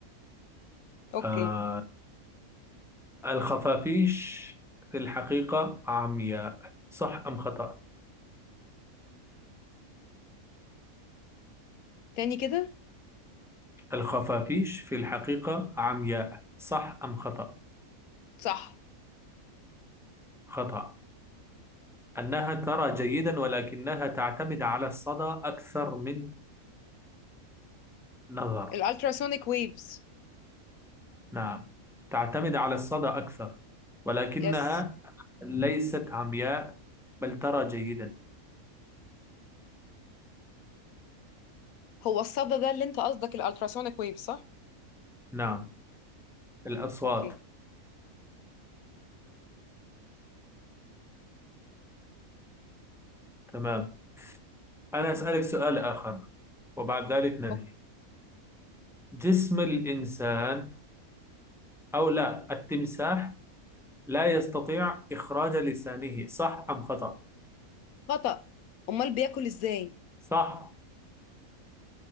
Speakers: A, on the left; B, in the centre.
A: أوكي
B: آه الخفافيش في الحقيقة عمياء صح أم خطأ؟
A: تاني كده
B: الخفافيش في الحقيقة عمياء صح أم خطأ؟
A: صح
B: خطأ أنها ترى جيدا ولكنها تعتمد على الصدى أكثر من النظر
A: الالتراسونيك ويفز
B: نعم تعتمد على الصدى أكثر ولكنها
A: يس
B: ليست عمياء بل ترى جيدا
A: هو الصدى ده اللي انت قصدك الالتراسونيك ويفز صح
B: نعم الأصوات
A: اوكي
B: تمام أنا أسألك سؤال آخر وبعد ذلك ننهي
A: أوكي.
B: جسم الإنسان أو لا التمساح لا يستطيع إخراج لسانه صح أم خطأ
A: خطأ امال بياكل ازاي
B: صح